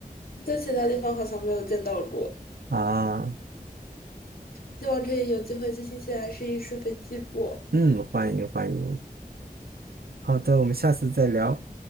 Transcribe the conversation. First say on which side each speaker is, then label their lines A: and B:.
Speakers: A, on the left (about 75°); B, on the right (about 85°).
A: 在其他地方好像没有见到过，
B: <laughs> 啊。
A: 希望可以有机会去新西兰试一试飞机过。
B: 嗯，欢迎欢迎。好的，我们下次再聊。